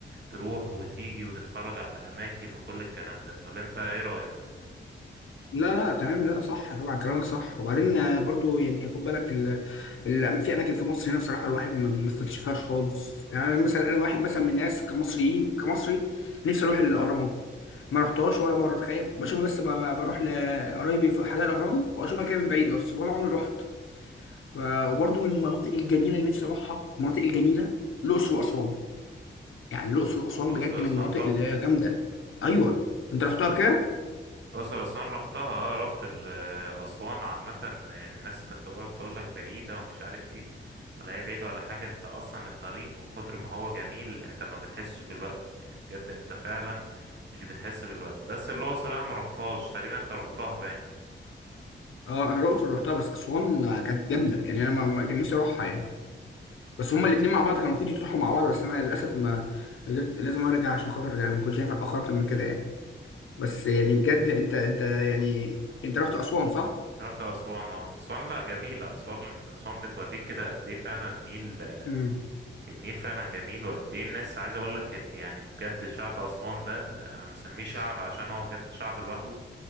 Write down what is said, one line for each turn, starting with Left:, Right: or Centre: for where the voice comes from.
Right: تروح وتيجي وتتفرج على اماكن وكل الكلام ده ولا انت ايه رايك
Left: لا لا تمام لا صح طبعا كلامك صح وبعدين آه، برضو يعني خد بالك ال... ال... في اماكن في مصر هنا بصراحه الواحد ما ما استكشفهاش خالص يعني أنا مثلا انا واحد مثلا من الناس كمصريين كمصري نفسي اروح الاهرامات ما رحتهاش ولا مره تخيل بشوفها بس ب... ب- بروح لقرايبي في حدائق الاهرام واشوفها كده من بعيد بس ولا عمري رحت ف... وبرضو من المناطق الجميله اللي نفسي اروحها المناطق الجميله الاقصر واسوان يعني الاقصر واسوان
Right: اه الاقصر
Left: بجد من
Right: اسوان
Left: المناطق
Right: تحفه
Left: اللي هي جامده ايوه انت رحتها بكده؟
Right: الاقصر اسوان رحتها اه رحت ال- آه، اسوان عامه يعني الناس كانت تقعد تقول لك بعيده ومش عارف ايه ولا هي بعيده ولا حاجه انت اصلا الطريق من كتر ما هو جميل انت ما بتحسش بالوقت يعني بجد انت فعلا مش بتحس بالوقت بس الاقصر انا ما رحتهاش تقريبا انت رحتها باين
Left: اه انا الاقصر رحتها بس اسوان كانت جامده يعني انا ما ما كان نفسي اروحها يعني بس هما الاثنين مع بعض كانوا المفروض يروحوا مع بعض بس انا للاسف ما قدرت لازم ارجع عشان خاطر يعني ما كنتش ينفع اتاخر اكتر من كده يعني بس يعني بجد انت انت يعني انت رحت اسوان صح؟
Right: رحت أسوان اه أسوان لأ جميلة أسوان أسوان بتوريك كده قد إيه فعلا النيل
Left: امم
Right: النيل فعلا جميل وقد إيه الناس عايز أقولك ال... يعني بجد شعب أسوان ده أنا مسميه شعب عشان هو بجد شعب لوحده